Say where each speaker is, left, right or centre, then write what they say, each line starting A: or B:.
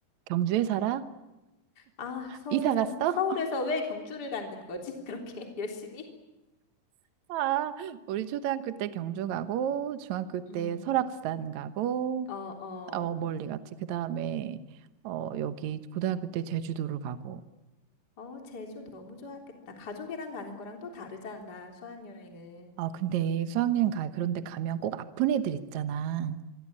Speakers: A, on the right; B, on the left.
A: 경주에 살아?
B: 아, 서울에
A: 이사
B: 살,
A: 갔어?
B: 서울에서 왜 경주를 가는 거지? <laughs> 그렇게 열심히?
A: <laughs> 아, 우리 초등학교 때 경주 가고, 중학교 때
B: 음,
A: 설악산 가고,
B: 어, 어.
A: 어, 멀리 갔지. 그 다음에, 어, 여기 고등학교 때 제주도를 가고.
B: 어, 제주 너무 좋았겠다. 가족이랑 가는 거랑 또 다르잖아, 수학여행은.
A: 아, 근데 수학여행 가, 그런데
B: 음,
A: 가면 꼭 아픈 애들 있잖아.